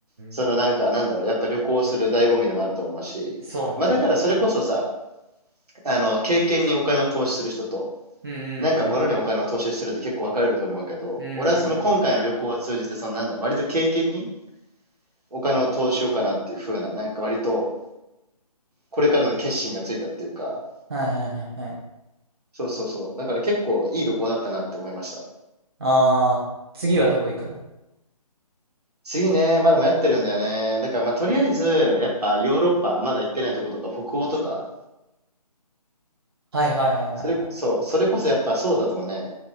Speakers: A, on the right; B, on the right.
A: そのなんかなんだろう、
B: ん、
A: やっぱ旅行する醍醐味でもあると思うし、
B: そうね。
A: まあだからそれこそさ、あの、経験にお金を投資する人と、
B: うん、うん、
A: なんか物にお金を投資するって結構分かれると思うけど、
B: うんうん、
A: 俺はその今回の旅行を通じて、
B: うんうん
A: そのなんだろう、割と経験にお金を投資しようかなっていう風な、なんか割とこれからの決心がついたっていうか、
B: はいはいはいはい。
A: そうそうそう。だから結構いい旅行だったなって思いました。
B: あー、次はどこ行くの
A: 次ね、まだ迷ってるんだよね。だからまあとりあえず、やっぱヨーロッパ、まだ行ってないとことか北欧とか、
B: はいはいはいはいは
A: それ、そう、それこそやっぱそうだともね、